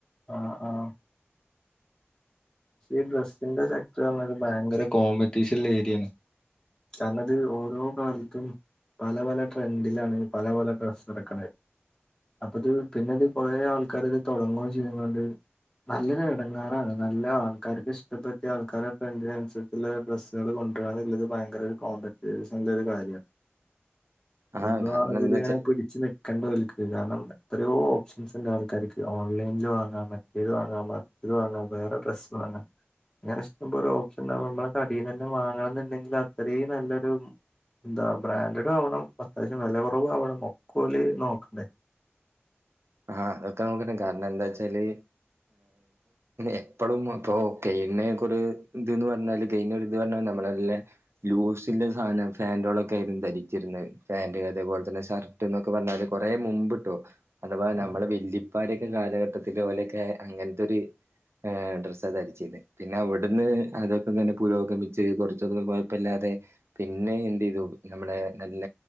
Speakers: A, on the left; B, on the right.
A: ആഹ് ആഹ് പക്ഷ ഈ ഡ്രസ്സിന്റെ സെക്ടർ പറഞ്ഞ ഒരു ഭയങ്കര കോമ്പറ്റീഷനിലേര്യാണ് കാരണം ഇത് ഓരോ കാലത്തും പല പല ട്രെൻഡിലാണ് പല പല ഡ്രസ്സ് ഇറക്കണ് അപ്പ അത് പിന്നെ ഇത് കൊറേ ആൾക്കാര് ഇത് തുടങ്ങുവേം ചെയ്യുന്നുണ്ട് നല്ലൊരു ഇടങ്ങേറാണ് നല്ലതാണ് ആൾക്കാർക്ക് ഇഷ്ട പെട്ടിയ ആൾക്കാടെ ട്രെഡിനനസരിുള്ള ഡ്രസ്സുക കൊണ്ടുവരാ ഭയങ്ക കോ അത്യാവശ്യം നല്ലൊരു കാര്യമാണ്
B: ആഹ്
A: എന്നും
B: കാരണം
A: അതില
B: എന്താച്ചാ
A: ഇങ്ങനെ പിടിച്ചു നി കണ്ടേ ഓൽക്ക് കാരണം എത്രയോ ഓപ്ഷൻസ് ഉണ്ട് ആൾക്കാർക്ക് ഓൺലൈനിൽ വാങ്ങാം മറ്റേത് വാങ്ങാം മറ്റേത് വാങ്ങാം വേറെ ഡ്രസ് സ് വാങ്ങാ അങ്ങനെ ഇഷ്ടോ ഓപ്ഷൻ ഉണ്ടാവും നമ്മളെ കടയി തന്നെ വാങ്ങണം എന്നുണ്ടെങ്കിൽ അത്രയും നല്ലൊരു എന്താ ബ്രാൻഡഡും ആവണം അത്യാവശ്യം വില കുറവ ആവണം ഒക്കെ ഓല് നോക്കണ്ടേ
B: ആഹ് അതൊക്കെ നോക്കണം കാരണം എന്താ വെച്ചാല് എപ്പഴും ഇപ്പൊ കെയ്യുന്നെക്കൊരു ഇതന്ന് പറഞ്ഞാല് ക ഇത് പറഞ്ഞ നമ്മളല്ലെ ലൂസിന്റെ സാധനം ഫാന്റ് കളൊക്കെ ആയിരുന്നു ധരിച്ചിരുന്നത് ഫാന്റ് അതേപോലെ തന്നെ ഷർ എന്നൊക്കെ പറഞ്ഞാല് കൊറേ മുമ്പിട്ടോ അ
A: ഉം
B: നമ്മളെ വെലിപ്പാരൊക്കെ കാലഘട്ടത്തില് ഒലെയക്കെ അങ്ങനത്തെ ഒരു ഡ്രസ്സ് അ ധരിച്ചത് പിന്നെ അവിടുന്ന് അതൊക്കെ തന്നെ പുരോഗമിച്ച് കുറച്ച ദ കുഴപ്പമില്ലാതെ പിന്നെ എന്ത് ചെയ്തു നമ്മുടെ നല്ല